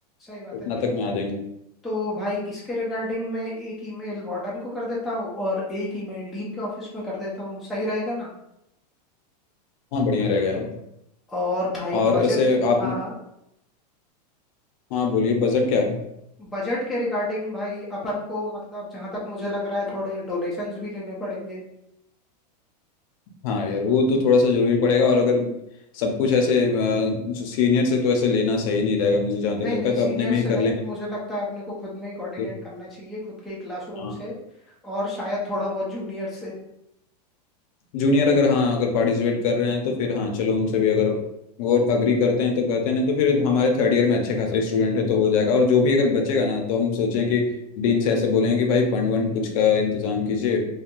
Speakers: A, in the centre; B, on the left (about 55°).
A: सही बात
B: उतना
A: है
B: तक में आ जाएंगे
A: तो भाई इसके रिगार्डिंग मैं एक ईमेल वार्डन को कर देता हूँ और एक ईमेल डीन के ऑफिस में कर देता हूँ सही रहेगा ना
B: हाँ बढ़िया रहेगा यार
A: और भाई
B: और
A: बजट
B: ऐसे आप
A: हाँ हाँ
B: हाँ बोलिए बजट क्या है?
A: बजट के रिगार्डिंग भाई अपन को मतलब जहां तक मुझे लग रहा है थोड़े डोनेशंस भी लेने पड़ेंगे
B: हाँ यार वो तो थोड़ा सा जरूरी पड़ेगा और अगर सब कुछ ऐसे अ, जो सीनियर से तो ऐसे लेना सही नहीं रहेगा मुझे जहाँ
A: नहीं
B: तक लगता
A: नहीं
B: है
A: सीनियर
B: तो अपने में
A: से
B: ही कर
A: नहीं मुझे लगता है अपने को खुद में ही कोऑर्डिनेट
B: लेंगे
A: करना चाहिए खुद के ही क्लासरूम
B: हाँ
A: से और शायद थोड़ा बहुत जूनियर से
B: जूनियर अगर हाँ अगर पार्टिसिपेट कर रहे हैं तो फिर हाँ चलो उनसे भी अगर वो अग्री करते हैं तो करते हैं नहीं तो फिर हमारे थर्ड ईयर में अच्छे खासे स्टूडेंट है तो हो जाएगा और जो भी अगर बचेगा ना तो हम सोचें कि डीन से ऐसे बोलेंगे कि भाई फंड वंड कुछ का इंतजाम कीजिए